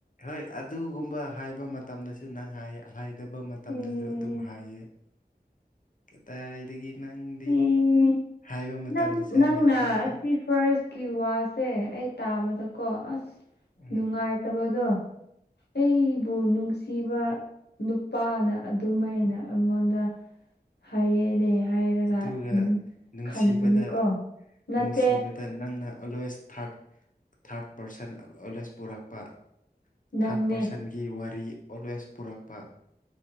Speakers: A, on the left (about 50°); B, on the left (about 80°).
A: ꯍꯣꯏ ꯑꯗꯨꯒꯨꯝꯕ ꯍꯥꯏꯕ ꯃꯇꯝꯗꯁꯨ ꯅꯪ ꯍꯥꯏꯌꯦ ꯍꯥꯏꯗꯕ ꯃꯇꯝꯗꯁꯨ
B: ꯑꯦ
A: ꯑꯗꯨꯝ ꯍꯥꯏꯌꯦ ꯀꯗꯥꯏꯗꯒꯤ ꯅꯪꯗꯤ
B: ꯑꯦ
A: ꯍꯥꯏ ꯃꯇꯝꯗꯁꯨ
B: ꯅꯪ ꯅꯪꯅ
A: ꯍꯥꯏꯗꯦ
B: ꯁꯤ ꯐꯥꯔꯁꯀꯤ ꯋꯥꯁꯦ ꯑꯩ ꯇꯥꯕꯗꯀꯣ ꯑꯁ
A: ꯎꯝ
B: ꯅꯨꯡꯉꯥꯏꯇꯕꯗꯣ ꯑꯩꯕꯨ ꯅꯨꯡꯁꯤꯕ ꯅꯨꯄꯥꯅ ꯑꯗꯨꯃꯥꯏꯅ ꯑꯩꯉꯣꯟꯗ ꯍꯥꯏꯌꯦꯅꯦ ꯍꯥꯏꯔꯒ
A: ꯑꯗꯨꯒ
B: ꯎꯝ
A: ꯅꯨꯡꯁꯤꯕꯗ
B: ꯈꯟꯕꯅꯤꯀꯣ ꯅꯠꯇꯦ
A: ꯅꯨꯡꯁꯤꯕꯗ ꯅꯪꯅ ꯑꯣꯜꯋꯦꯁ ꯊꯥꯔꯠ ꯊꯥꯔꯠ ꯄꯥꯔꯁꯟ ꯑꯣꯜꯋꯦꯁ ꯄꯨꯔꯛꯄ
B: ꯅꯪꯅꯦ
A: ꯊꯥꯔꯠ ꯄꯥꯔꯁꯟꯒꯤ ꯋꯥꯔꯤ ꯑꯣꯜꯋꯦꯁ ꯄꯨꯔꯛꯄ